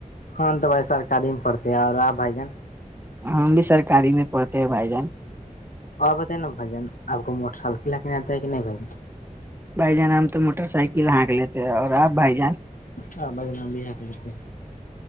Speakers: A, on the left; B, on the right.
A: ہم تو بھائی سرکاری میں پڑتے ہے اور آ بھائی جان
B: ہم بھی سرکاری میں پڑھتے ہیں بھائی جان
A: اور بت نا بھجن آ کو موٹر سائل کے ل کے آتا ہے کہ نہیں بھن
B: بھائی جان ہم تو موٹر سائیکل ہانک لیتے اور آپ بھائی جان
A: ہاں بھاجن ہم بھی ہایمک لئےتے ہیں